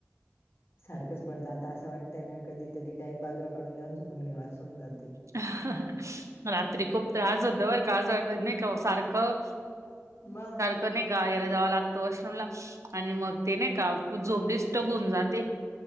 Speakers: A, on the left (about 50°); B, on the right (about 75°).
A: सारखंच पडतं आंता असं वाट. त्यांना कधीतरी डायरेक्ट बाजूला काढून द्यावं आन झोपून घेवा अस होऊन जात.
B: रात्री खूंप त्रासं होतो बरं कां असं वाटतं नई काओ सारखं
A: मं.
B: नई का यांला जावं लागतं वॉशरूमला आणि मग ते नई का कु् झोप डिस्टर्ब हुऊन जाते.